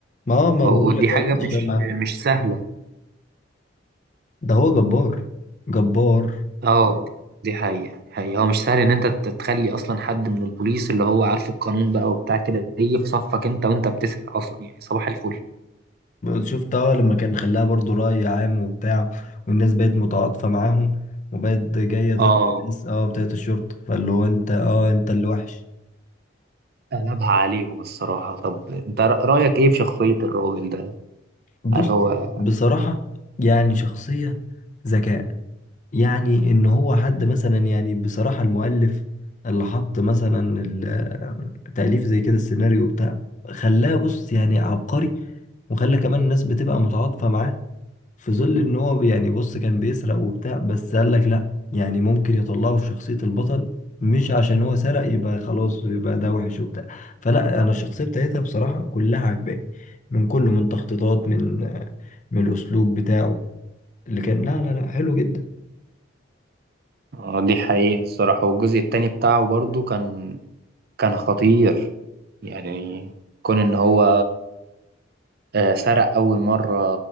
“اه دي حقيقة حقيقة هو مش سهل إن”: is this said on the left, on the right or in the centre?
Right